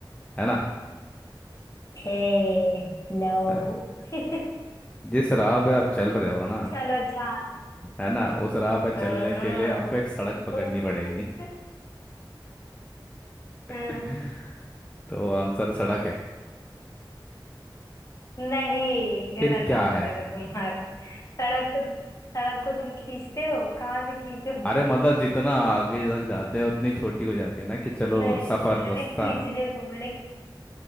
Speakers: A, on the left; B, on the left.
A: है ना
B: ए लो
A: हाँ।
B: <laughs>
A: जिस राह पे आप चल रहे हो ना
B: चलो चार
A: है ना उस राह पे चलने
B: हाँ
A: के लिए आपको एक सड़क
B: तुम
A: पकड़नी पड़ेगी
B: <laughs> हाँ,
A: <laughs> तो आंसर सड़क है
B: नहीं गलत
A: फिर क्या
B: आंसर
A: है
B: है तुम्हारा सड़क को सड़क को तुम खींचते हो कहाँ से खींचोगे
A: अरे मतलब जितना आगे तक जाते हैं उतनी छोटी हो जाती है ना कि चलो
B: नहीं
A: सफर
B: मैंने
A: रास्ता
B: खींचने को मैंने